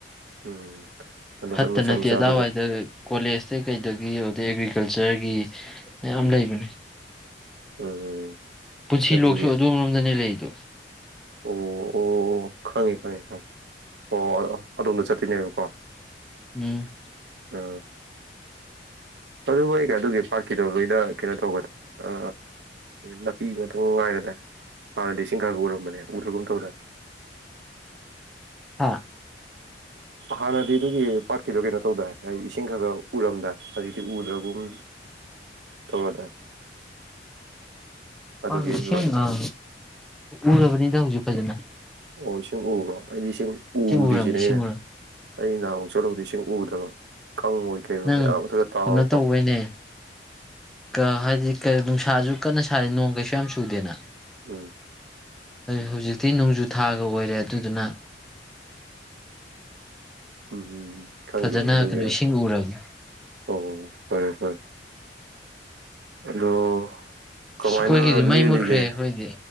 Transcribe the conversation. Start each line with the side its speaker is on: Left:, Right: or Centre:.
Right: ꯎꯝ꯫ ꯑꯗꯣ
Centre: ꯍꯠꯇ
Right: ꯍꯠ ꯃꯆꯥ
Centre: ꯅꯠꯇꯦ
Right: ꯃꯆꯥꯗꯨꯁꯨ
Centre: ꯑꯗ ꯋꯥꯏꯗ ꯀꯣꯂꯁꯇꯩ ꯀꯩꯗꯒꯤ ꯑꯗꯨꯗꯩ ꯑꯦꯒ꯭ꯔꯤꯀꯜꯆꯔꯒꯤ ꯃꯌꯥꯝ ꯂꯩꯕꯅꯦ꯫
Right: ꯎꯝ꯫
Centre: ꯄꯨꯟꯁꯤ
Right: ꯑꯗꯨꯒꯤ
Centre: ꯂꯣꯛꯁꯨ ꯑꯗꯨꯔꯣꯝꯗꯅꯦ ꯂꯩꯗꯨ꯫
Right: ꯑꯣ ꯑꯣ ꯈꯪꯉꯦ ꯈꯪꯉꯦ ꯈꯪꯉꯦ ꯑꯣ꯫ ꯑꯗꯣꯝꯗ ꯆꯠꯇꯨꯏꯅꯦꯕꯀꯣ꯫
Centre: ꯎꯝ꯫
Right: ꯑ꯫ ꯑꯗꯨ ꯃꯣꯏꯒꯤ ꯑꯗꯨꯒꯤ ꯄꯥꯔꯀꯤꯗꯣ ꯂꯣꯏꯅ ꯀꯩꯅꯣ ꯇꯧꯒꯗ꯭ꯔꯥ꯫ ꯑ ꯅꯥꯄꯤ ꯉꯥꯛꯇꯪ ꯉꯥꯏꯔꯗꯥꯏ ꯍꯥꯟꯅꯗꯤ ꯏꯁꯤꯡ ꯈꯒ ꯎꯔꯝꯕꯅꯦ ꯎꯗ꯭ꯔꯒꯨꯝ <unintelligible>
Centre: ꯍꯥ꯫
Right: ꯍꯥꯟꯅꯗꯤ ꯑꯗꯨꯒꯤ ꯄꯥꯠꯀꯤꯗꯣ ꯀꯩꯅꯣ ꯇꯧꯗꯥꯏ ꯑ-ꯏꯁꯤꯡ ꯈ ꯒ ꯎꯔꯝꯗꯥꯏ ꯍꯧꯖꯤꯛꯇꯤ ꯎꯗ꯭ꯔꯒꯨꯝ ꯇꯧꯔꯗꯥꯏ꯫ ꯑꯗꯨꯒꯤ
Centre: ꯑꯪ ꯏꯁꯤꯡ
Right: ꯂꯣꯏ
Centre: ꯑꯪ ꯎꯔꯕꯅꯤꯗ ꯍꯧꯖꯤꯛ꯫ ꯐꯖꯅ꯫
Right: ꯑꯣ ꯢꯁꯤꯡ ꯎꯕ꯭ꯔꯣ꯫ ꯑꯩꯗꯤ ꯏꯁꯤꯡ ꯎꯗꯦꯁꯤꯅꯦ
Centre: ꯎꯔꯕꯅꯤ ꯏꯁꯤꯡ
Right: ꯑꯩꯅ꯫
Centre: ꯎꯔꯕꯅꯤ
Right: ꯑꯩ ꯅꯍꯥꯉꯨ ꯑꯃꯨꯛ ꯆꯠꯂꯨꯕꯗꯨ ꯏꯁꯤꯡ ꯎꯗꯕ꯫ ꯀꯪꯉꯣꯏ ꯀꯩꯑꯣꯏ
Centre: ꯎꯪ
Right: ꯃꯌꯥꯝ ꯃꯊꯛꯇ ꯇꯥꯎꯔꯀꯣ
Centre: ꯀꯩꯅꯣ ꯇꯧꯕꯩꯅꯦ ꯀ-ꯍꯥꯏꯗꯤ꯫ ꯅꯨꯡꯁꯥꯁꯨ ꯀꯟꯅ ꯁꯥꯏ ꯅꯣꯡ ꯀꯩꯁꯨ ꯌꯥꯝ ꯆꯨꯗꯦꯅ꯫
Right: ꯎꯝ꯫
Centre: ꯍꯧꯖꯤꯛꯇꯤ ꯅꯣꯡꯖꯨ ꯊꯥꯒ ꯑꯣꯏꯔꯦ ꯑꯗꯨꯗꯨꯅ꯫
Right: ꯎꯝ ꯈꯪꯗꯦ
Centre: ꯐꯖꯅ
Right: ꯑꯗꯨꯒꯤꯔ
Centre: ꯀꯩꯅꯣ ꯏꯁꯤꯡ ꯎꯔꯕꯅꯤ
Right: ꯑꯣ ꯐꯔꯦ ꯐꯔꯦ꯫ ꯑꯗꯣ꯫
Centre: ꯑꯩꯈꯣꯏꯒꯤꯗꯤ
Right: ꯀꯃꯥꯏꯅ
Centre: ꯃꯩ
Right: ꯂꯦꯜꯂꯤꯒꯦ
Centre: ꯃꯨꯠꯈ꯭ꯔꯦ ꯑꯩꯈꯣꯏꯗꯤ